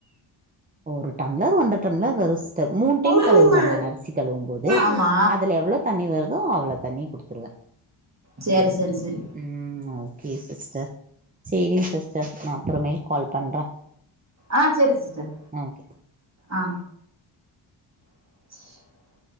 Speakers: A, on the right (about 20°); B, on the right (about 35°).
A: ஒரு டம்ளர் ஒன்ற டம்ளர் வரு மூன் டைம்
B: என்ன
A: கழுவுவே
B: அனிமா
A: நான் அரிசி கழுவும் போது
B: ஆமா
A: அதுல எவ்ளொ தண்ணி வரு மோ அவ்ள தண்ணி குடுத் துருவே
B: சேரி சேரி சேரி
A: ம் ஓகே சிஸ்டர் சேரிங் சிஸ்டர் நா அப்றமே கால் பண்றே
B: ஆ செரி சிஸ் டர்
A: ஓகே
B: ஆ <inaudible>